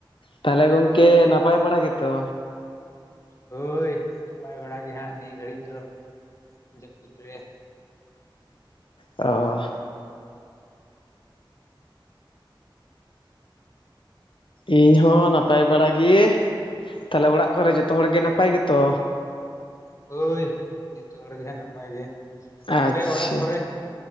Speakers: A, on the left; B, on the left.
A: ᱛᱟᱦᱚᱞᱮ ᱜᱚᱝᱠᱮ ᱱᱟᱯᱟᱭ ᱵᱟᱲᱟ ᱜᱮᱛᱚ?
B: ᱦᱳᱭ ᱱᱟᱯᱟᱭ ᱵᱟᱲᱟ ᱜᱮ ᱦᱟᱸᱜ ᱱᱤᱭᱟᱹ ᱜᱷᱟᱹᱲᱤᱡ ᱫᱚ ᱡᱟᱹᱯᱩᱫ ᱨᱮ᱾
A: ᱚ, ᱤᱧ ᱦᱚᱸ ᱱᱟᱯᱟᱭ ᱵᱟᱲᱟ ᱜᱮ, ᱛᱟᱦᱚᱞᱮ ᱚᱲᱟᱜ ᱠᱚᱨᱮ ᱡᱚᱛᱚ ᱦᱚᱲ ᱜᱮ ᱱᱟᱯᱟᱭ ᱜᱮᱛᱚ?
B: ᱦᱳᱭ ᱡᱚᱛᱚ ᱦᱚᱲ ᱜᱮ ᱱᱟᱯᱟᱭ ᱜᱮ, ᱟᱯᱮ
A: ᱟᱪᱪᱷᱟ,
B: ᱚᱲᱟᱜ ᱠᱚᱨᱮ